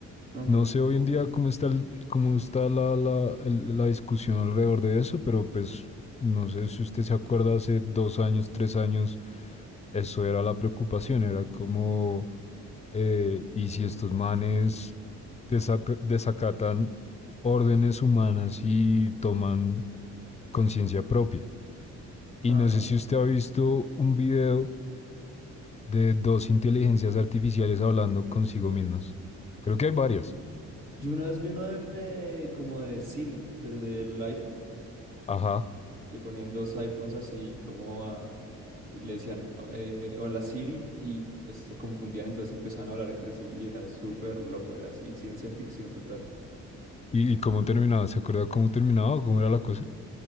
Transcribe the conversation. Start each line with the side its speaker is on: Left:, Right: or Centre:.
Right: Ujú,
Left: No sé hoy en día cómo está, el- eh, cómo está la, la, el- la discusión alrededor de eso, pero pues no sé si usted se acuerda hace dos años, tres años, eso era la preocupación, era como eh, y si estos manes desata- desacatan órdenes humanas y toman conciencia propia. Y
Right: ah
Left: no sé si usted ha visto un video de dos inteligencias artificiales hablando consigo mismas. Creo que hay varias.
Right: Yo una vez vi uno de, de- como de Siri, del del iPhone,
Left: Ajá.
Right: que ponían dos iPhones así como a, a- y le decían, "O- eh, hola Siri, y pues se confundían, entonces empezaban a hablar entre sí y era súper loco, era así, ciencia ficción total.
Left: ¿Y, y cómo terminaba? ¿Se acuerda cómo terminaba o cómo era la cosa?